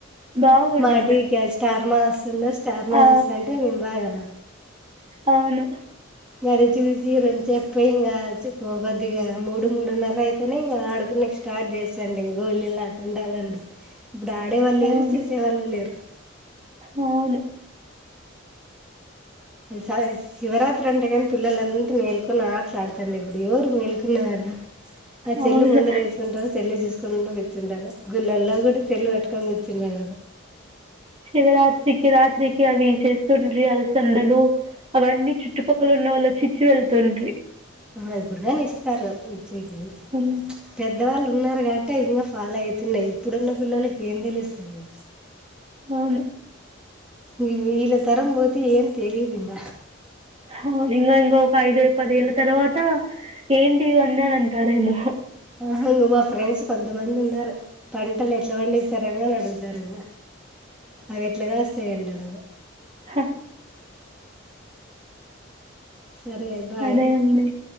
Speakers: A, on the right; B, in the centre.
A: బాగుంటుండే
B: మాటీవీ స్టార్మా వస్తుంద స్టార్మా
A: ఆ
B: చూస్తా అంటే మేము బాగా
A: అవును
B: అది చూసి ఈ రెంు చెప్పయి ఇంకా చికో కొద్దిగా ఇ మూడు మూడున్నర అయితేనే ఇంకా ఆడుకునే స్టార్ట్ చేస్తాండి గోలీ లట త అవ్వండి ఇప్పుడు ఆడేవాళ్ళు లేరు
A: అవును
B: చూసే వాళ్ళు లేరు
A: అవును లే
B: స శివరాత్రి అంటే కానీ పిల్లలంతా మేల్కొని ఆటలా ఆడుతారు ఇప్పుడు ఎవరు మేల్కొనే వాళ్ళు ఆ సెల్లు
A: అవును
B: ముందర వేసుకుంటారు సెల్లు చూసుకు తొందర వచ్చి ఉంటారు గులలో కూడా సెల్లు వట్కూని చిన్నగా
A: శివరాత్రికి రాత్రికి అవి చేస్తుండ్రి అలసందలు అవన్నీ చుట్టుపక్కల ఉన్న వాళ్ళు వచ్చి చి ల్ తండ్రి
B: ఆ ఇప్పుడుగాని ఇస్తా స్తరు సిగ్గు పెద్ద
A: హ్మ్.
B: పెద్దవాళ్ళు ఉన్నారు కాబట్టి ఇంకా ఫాలో అయితున్నాయి ఇప్పుడున్న పిల్లలకి ఏం తెలుస్తుంది
A: అవును
B: ఈ ఇలతరం బోతే ఏమ్ తెలిదు ఇంగ
A: హ <inaudible> ఐదో పదేళ్ల తర్వాత ఏంటి ఇవన్నీ అని అంటారేమో
B: ఆహా ఇంగో మా ఫ్రెండ్స్ కొంతమంది ఉన్నారు పంటలు ఎట్లా పండిస్తారని వాళ్ళు అడుగుతారు ఇంగ అవి ఏట్లాగాస్తాయంటారు
A: హఆ
B: సరే బాయ్
A: అదే అండి.